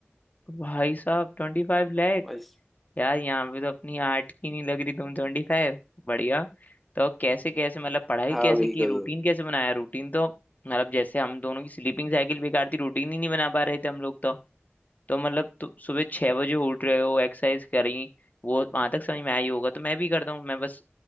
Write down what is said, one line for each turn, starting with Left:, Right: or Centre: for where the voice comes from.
Left: भाई साहब ट्वेंटी फाइव
Centre: भाई
Left: यार यहाँ पे तो अपनी आर्ट की नहीं लग रही तुम ट्वेंटी फाइव बढ़िया तो कैसे कैसे मतलब पढ़ाई
Centre: हाँ
Left: कैसे
Centre: बिल्कुल
Left: की रूटीन कैसे बनाया रूटीन तो मतलब जैसे हम दोनों की स्लीपिंग साइकिल बेकार थी रूटीन ही नहीं बना पा रहे थे हम लोग तो तो मतलब तो सुबह छह बजे उठ रहे हो एक्सरसाइज करी वो वहां तक समझ में आई होगा तो मैं भी करता हूँ मैं बस